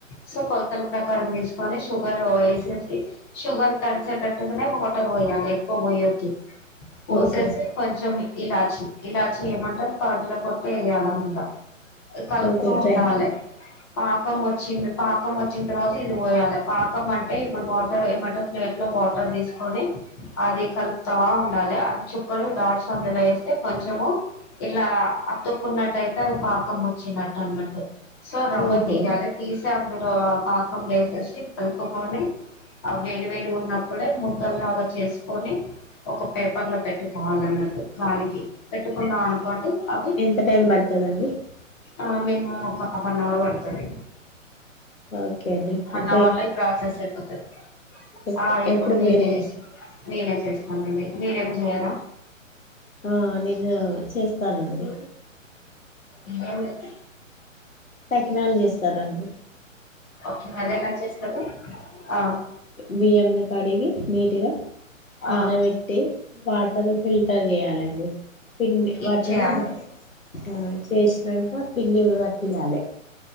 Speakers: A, on the left (about 20°); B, on the left (about 80°).
A: సో కొలతల ప్రకారం తీసుకోనీ షుగర్ ఎసేసి షుగర్ తడిచేటట్టుగానే వాటర్ పొయ్యలే ఎక్కువ పోయ్యదు పోసేసి
B: ఓకే
A: కొంచెం ఇలాచి ఇలాచి ఏమంటారు పగుల కొట్ట యేయ్యాలంత కలుపుతూ
B: ఓకే
A: ఉండాలే
B: ట్రై
A: పాకం వచ్చింది పాకం వచ్చిన తర్వాత ఇది పోయాలి పాకం అంటే ఇప్పుడు వాటర్ ఏమంటే ప్లేట్ లో వాటర్ తీసుకొని అది కలుపుతా ఉండాలి అది చుక్కలు దాచు చన్నలు వేస్తే కొంచము ఇట్లా అతుక్కున్నట్టయి పాకం వచ్చినట్టు వాన్ని పట్టుకో సో <unintelligible>
B: ఓహో
A: తీయాలా తీస్ అందులో పాకం వేసేసి కలుపుకొని ఆ వేడి వేడి ఉన్నప్పుడే ముద్దలాగా చేసుకొని ఒక పేపర్ లో పెట్టుకోవాల అన్నట్టు కాలికి పెట్టుకున్నాం అనుకోండి అవి
B: ఎంత టైం పడుతదండి
A: ఆ మినిమం ఒక హఫ్ అన్ అవర్ పడుతుంది
B: ఓకే అండి అంట
A: అవర్ లో ఈ ప్రాసెస్ అయిపోతది.
B: ఎప్
A: ఆ ఎప్పుడు నేనే
B: మీరే
A: చేసుకుంటా నేనే చేస్తా అవునండి మీరేం చేయరా
B: ఆ నేను చేస్తా చాలండి
A: ఏమైతది
B: టెక్నాలజీ ఇస్తారాండి
A: ఓకే అది ఎలా చేస్తారు ఆ
B: బియం నీ కడిగి నీట్గా నానబెట్టి
A: ఆ
B: వాటరు ఫిల్టర్ చేయాలని అ పిండి
A: హీట్
B: వాటిని
A: చేయాలి
B: ఆ చేసినాక పిండి పట్టియాలి